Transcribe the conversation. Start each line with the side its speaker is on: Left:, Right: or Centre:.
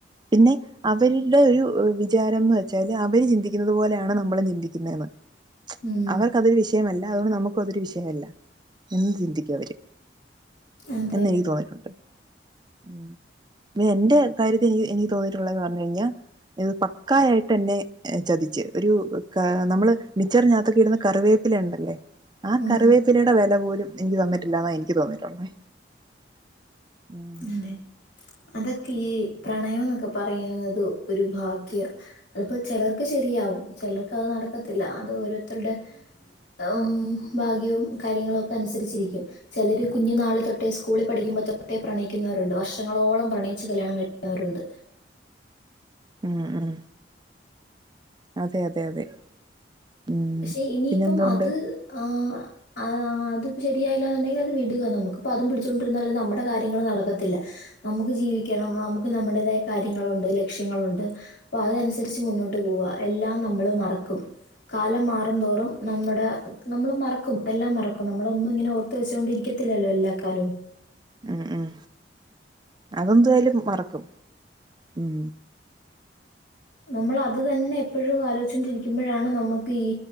Right: പിന്നെ അവര്ടെ ഒരു വിചാരംന്ന് വെച്ചാല് അവര് ചിന്തിക്ക്ന്നത് പോലെ ആണ് നമ്മളും ചിന്തിക്ക്ന്നേന്ന്
Left: ഉം. ഉം.
Right: അവർക്ക് അതൊരു വിഷയമല്ല അതുകൊണ്ട് നമുക്കും അതൊരു വിഷയല്ല എന്ന് ചിന്തിക്കും അവര്
Left: അതെ.
Right: എന്ന് എനിക്ക് തോന്നിയ്ട്ടു പിന്നെ എന്റെ കാര്യത്തി എനിക്ക് എനിക്ക് തോന്നിയിട്ടുള്ളത്‌ന്ന് പർഞ്ഞ് കയ്ഞ്ഞാ ഇത് പക്കായായിട്ടെന്നെ ചതിച്ച് ഒരു ക നമ്മള് മിച്ചറിഞ്ഞകത്തൊക്കെ ഇട്ന്ന കറിവേപ്പിലയുണ്ടല്ലേ ആ
Left: ഉം.
Right: കറിവേപ്പിലേടെ വെല പോലും എനിക്ക് തന്നിട്ടില്ലാന്നാ എനിക്ക് തോന്നിയിട്ടുള്ളേ ഉം
Left: അതെ അതൊക്കെ ഈ പ്രണയോന്നൊക്കെ പറയ്ന്നത് ഒരു ഭാഗ്യാ അത്പ്പോ ചെലർക്ക് ശെരിയാവും ചെലർക്ക് അത് നടക്കത്തില്ല അത് ഓരോര്ത്തര്ടെ ഉം ഭാഗ്യവും കാര്യങ്ങളും ഒക്കെ അൻസര്ച്ചിരിക്കും ചെലെര് കുഞ്ഞു നാള് തൊട്ടേ സ്കൂളി പഠിക്കുമ്പതൊട്ടേ പ്രണയിക്ക്ന്നവരുണ്ട് വർഷങ്ങളോളം പ്രണയിച്ച് കല്യാണം കഴിക്ക്ന്നവരുണ്ട്
Right: ഉം ഉം അതെ അതെ അതെ ഉം
Left: പക്ഷെ ഇനിയിപ്പം
Right: പിന്നെ എന്തുണ്ട്
Left: അത് ആഹ് ആഹ് അതും ശെരിയായില്ലാന്ന്ണ്ടെങ്കിലത് വിട്ക നമുക്ക്പ്പോ അതും പിടിച്ചോണ്ടിര്ന്നാല് നമ്മടെ കാര്യങ്ങള് നടക്കത്തില്ലാ നമുക്ക് ജീവിക്കണം നമുക്ക് നമ്മുടേതായ കാര്യങ്ങളുണ്ട് ലക്ഷ്യങ്ങളുണ്ട് പ്പം അത്‌നൻസര്ച്ച് മുന്നോട്ട് പോവാ എല്ലാം നമ്മള് മറക്കും കാലം മാറും തോറും നമ്മ്ടെ നമ്മള് മറക്കും എല്ലാം മറക്കും നമ്മളൊന്നും ഇങ്ങെനെ ഓ ർത്ത് വെച്ചോണ്ടിരിക്കത്തില്ലല്ലോ എല്ലാ കാലവും
Right: ഉം ഉം അതെന്തുവായാലും മറക്കും ഉം
Left: നമ്മളത് തന്നെ എപ്പഴും ആലോയ്ച്ചാേണ്ടിരിക്ക്മ്പഴാണ് നമ്മക്ക് ഈ